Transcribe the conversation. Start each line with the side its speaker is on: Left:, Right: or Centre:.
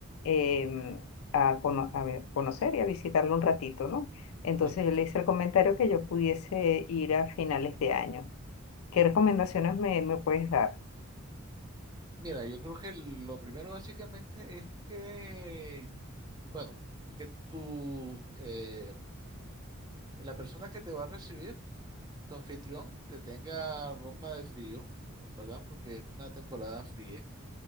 Left: em, a, cono- a ver- conocer y a visitarlo un ratito, ¿no? Entonces
Right: Sí.
Left: yo le hice el comentario que yo pudiese ir a finales de año. ¿Qué recomendaciones me, me puedes dar?
Right: Mira, yo creo que lo primero básicamente es que, bueno, que tú, eh, la persona que te va a recibir, tu anfitrión, te tenga ropa de frío, ¿verdad? Porque es una temporada fría,